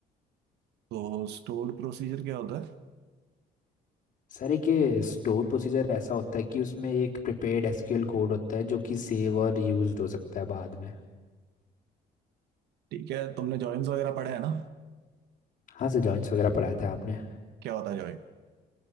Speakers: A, on the right; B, on the left.
A: तो स्टोर्ड प्रोसीजर क्या होता है
B: सर एक स्टोर प्रोसीजर ऐसा होता है कि उसमें एक प्रिपेयर्ड एसक्यूएल कोड होता है जो कि सेव और रीयूज हो सकता है बाद में
A: ठीक है तुमने जॉइंस वगैरह पढ़े हैं ना
B: हाँ सर जॉइंस वगैरह पढ़ाए थे आपने
A: क्या होता है जॉइन